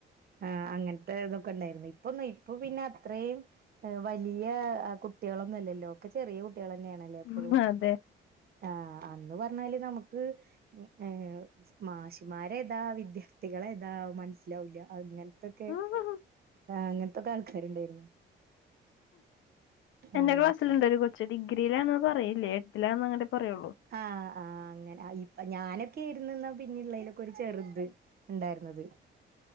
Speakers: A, on the right; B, on the left.
A: ആഹ് അങ്ങനത്തെ ഇതൊക്കെ ഉണ്ടായിരുന്നു ഇപ്പൊ ഇപ്പൊ പിന്നെ അത്രയും വലിയ കുട്ടികളൊന്നും ഇല്ലല്ലോ ഒക്കെ ചെറിയ കുട്ടികൾ തന്നെയാണല്ലേ ഇപ്പഴും.
B: ഉം അതെ
A: ആഹ് അന്ന് പറഞ്ഞാല് നമുക്ക് ഏഹ് മാഷുമ്മാര് ഏതാ വിദ്യാർ ത്‌ഥികളേതാ മനസ്സിലാവൂല്ല അങ്ങനത്തൊക്കെ
B: ഉം
A: അങ്ങനത്തൊക്കെ ആൾക്കാരുണ്ടായിരുന്നു.
B: എന്റെ
A: ആഹ്
B: ക്ലാസ്സിലുണ്ട് ഒരു കൊച്ച് ഡിഗ്രിയിലാണെന്ന് പറയില്ല എട്ടിലാന്ന് അങ്ങട് പറയുള്ളൂ. <inaudible>
A: ആഹ് ആഹ് അങ്ങനെ ഇപ്പ ഞാനൊക്കെ ആയിരുന്നു എന്നാ പിന്നെയുള്ളതിലൊക്കെ ഒരു ചെറുത് ഉണ്ടായിരുന്നത്.